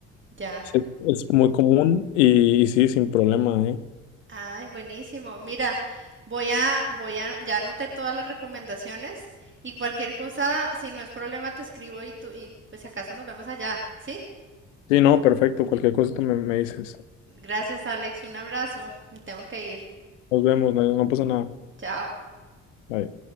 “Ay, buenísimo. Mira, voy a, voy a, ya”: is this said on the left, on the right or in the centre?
Right